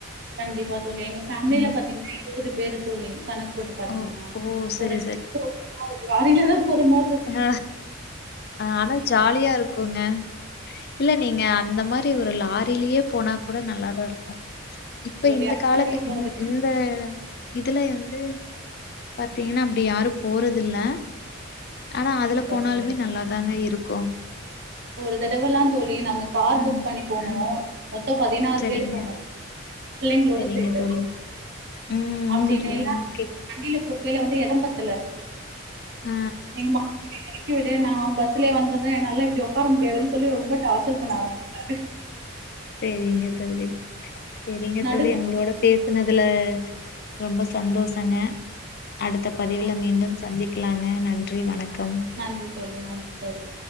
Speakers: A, on the right (about 55°); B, on the left (about 50°).
A: கண்டிப்பா தோழி எங்க ஃபேமிலல
B: ம்.
A: பாத்தீங்கன்னா இருவது பேரு தோழி கணக்கு போட்டு பாத்தீங்கன்னா
B: ஓ ஓ! சரி,
A: ஒரு ட்ரிப் போகணுனா ஒரு லாரிலதா போற மாரி இருக்
B: ஹ ஆனா ஜாலியா இருக்குங்க இல்ல நீங்க அந்த மாரி ஒரு லாரிலயே போனா கூட நல்லதா இருக்கு
A: ஆமா
B: இப்ப
A: தோழி
B: இந்த
A: அது
B: காலத்து
A: மாரி இப்ப
B: இந்
A: ஒரு
B: இந் த இதுல வந்து பாத்தீங்கன்னா அப்டி யாரு போறதில்ல ஆனா அதுல
A: கண்டிப்பா
B: போனாலுமே
A: தோழி
B: நல்லாதாங்க இருக்கு
A: ஒரு தடவெல்லா தோழி நாங்க கார்
B: ம்,
A: புக் பண்ணி போனோ
B: ம்.
A: மொத்த பதினாறு
B: சரிங்க,
A: பேர் போனோ பிள்ளைங்களோட
B: சரிங்க
A: சேத்து
B: தோழி. ம்.
A: அப்டின்னு
B: ஓகே.
A: எல்லாரு வண்டியில போ கேல வந்து இடம் பத்தல
B: ஆ.
A: எங்க மாமியார எர க்கி விடு நா பஸ்லே வந்தறே என்னால இப்டி உட்கார முடியாதுன்னு சொல்லி ரொம்ப டார்ச்சர் பண்ண ஆரம்பிச்சிட்டாரு
B: செரி ங்க தோழி செரிங்க
A: நடு
B: தோழி உங்களோட பேசுனதுல ரொம்ப சந்தோஷங்க அடுத்த பதிவுல
A: ஆ
B: மீண்டும் சந்திக்கலாங்க நன்றி வணக்கம்
A: ஆ நன்றி தோழி நன்றி தோழி